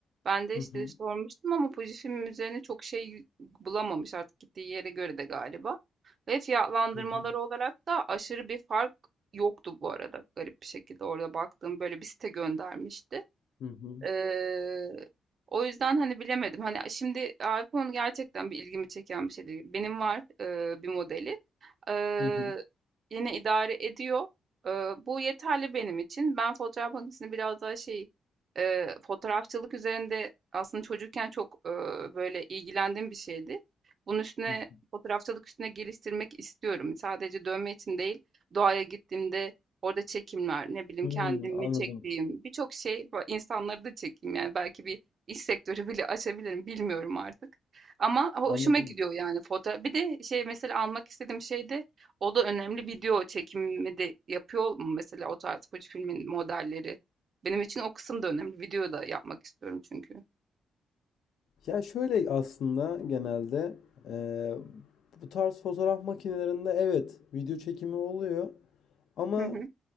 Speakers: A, on the right (about 45°); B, on the left (about 70°).
A: Ben de
B: Hı
A: işte
B: hı.
A: sormuştum ama Fujifilm üzerine çok şey bulamamış artık gittiği yere göre de galiba. Ve fiyatlandırmaları
B: Hı hı.
A: olarak da aşırı bir fark yoktu bu arada garip bir şekilde orada baktığım böyle bir site göndermişti.
B: Hı hı.
A: Eee, o yüzden hani bilemedim. Hani şimdi iPhone gerçekten bir ilgimi çeken bir şey değil. Benim var eee, bir modeli. Eee,
B: Hı hı.
A: yine idare ediyor. Eee, bu yeterli benim için. Ben fotoğraf makinesini biraz daha şey eee, fotoğrafçılık üzerinde aslında çocukken çok eee, böyle ilgilendiğim bir şeydi. Bunun üstüne
B: Hı hı.
A: fotoğrafçılık üstüne geliştirmek istiyorum. Sadece dövme için değil, doğaya gittiğimde Orada çekimler, ne bileyim
B: Hmm,
A: kendimi
B: anladım.
A: çektiğim birçok şey ba- insanları da çekeyim yani belki bir iş sektörü bile açabilirim bilmiyorum artık. Ama hoşuma
B: Anladım.
A: gidiyor yani foto. Bir de şey mesela almak istediğim şey de o da önemli video çekimi de yapıyor mu mesela o tarz Fuji filmin modelleri. Benim için o kısım da önemli. Video da yapmak istiyorum çünkü.
B: Ya şöyle aslında genelde eee, bu tarz fotoğraf makinelerinde evet video çekimi oluyor ama
A: Hı hı.